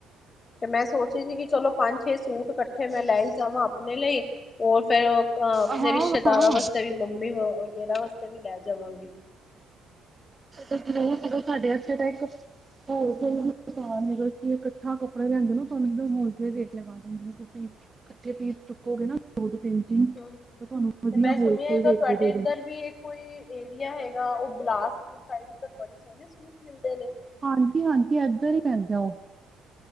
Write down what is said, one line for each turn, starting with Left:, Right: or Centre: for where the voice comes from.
Left: ਤੇ ਮੈਂ ਸੋਚਿਆ ਸੀ ਕਿ ਚਲੋ ਪੰਜ, ਛੇ ਸੂਟ ਇਕੱਠੇ ਮੈਂ ਲੈ ਹੀ ਜਾਵਾਂ ਆਪਣੇ ਲਈ ਰ ਫਿਰ ‌। ਅਹ ਆਪਣੇ
Right: ਹਾਂ
Left: ਰਿਸ਼ਤੇਦਾਰਾਂ
Right: ਹਾਂ
Left: ਵਾਸਤੇ ਵੀ, ਮੰਮੀ ਵਗੈਰਾ ਵਾਸਤੇ ਵੀ ਲੈ ਜਾਵਾਂਗੀ।
Right: ਬ ਸਗੋਂ ਸਾਡੇ ਹੱਥੇ ਤਾਂ ਇੱਕ ਟਰੈਂਕ। ਹੋਲ ਸੇਲ ਦਾਨ ਇਕੱਠਾ ਕੱਪੜੇ ਲਿਆਂਦੇ ਨਾ ਤੁਹਾਨੂੰ ਇੱਕ ਹੋਲਸੇਲ ਦੇਖ ਲਿਆ। ਜਿਵੇਂ ਤੁਸੀਂ ਇਕਠੇ ਪੀਸ ਚੁੱਕੋਗੇ ਨਾ ਦੋ ਤੋਂ ਤਿੰਨ। ਤਿੰਨ
Left: ਹੂੰ-ਹੂੰ,
Right: ਤਾਂ ਤੁਹਾਨੂੰ ਵਧੀਆ
Left: ਤੇ ਮੈਂ ਸੁਣਿਆਂ
Right: ਹੋਲਸੇਲ
Left: ਇੱਧਰ
Right: ਰੇਟ
Left: ਤੁਹਾਡੇ
Right: ਤੇ ਦੇ
Left: ਇੱਧਰ
Right: ਦੇਣ
Left: ਵੀ ਕੋਈ ਏਰੀਆ ਹੈਗਾ ਉਹ ਬਿਲਾਸਪੁਰ ਸਾਈਡ ਉੱਧਰ ਬੜੇ ਸੋਹਣੇ ਸੂਟ ਮਿਲਦੇ ਨੇਂ।
Right: ਹਾਂਜੀ-ਹਾਂਜੀ ਇੱਧਰ ਈ ਪੈਂਦਾ ਉਹ।